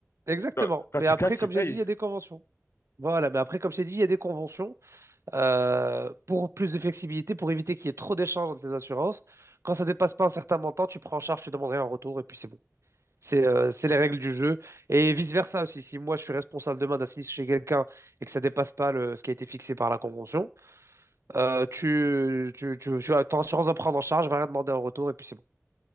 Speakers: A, on the right; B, on the left.
A: Exactement.
B: Quand, quand
A: Mais
B: tu
A: après,
B: casses,
A: comme
B: tu payes.
A: j'ai dit, il y a des conventions. Voilà, mais après, comme j'ai dit, il y a des conventions euh, pour plus de flexibilité, pour éviter qu'il y ait trop d'échanges entre les assurances. Quand ça dépasse pas un certain montant, tu prends en charge, tu demanderais un retour, et puis c'est bon. C'est euh, c'est les règles du jeu. Et vice-versa aussi, si moi je suis responsable demain d'assister chez quelqu'un et que ça dépasse pas le, ce qui a été fixé par la convention, euh, tu, tu, tu, tu as ton assurance va prendre en charge, va rien demander en retour et puis c'est bon.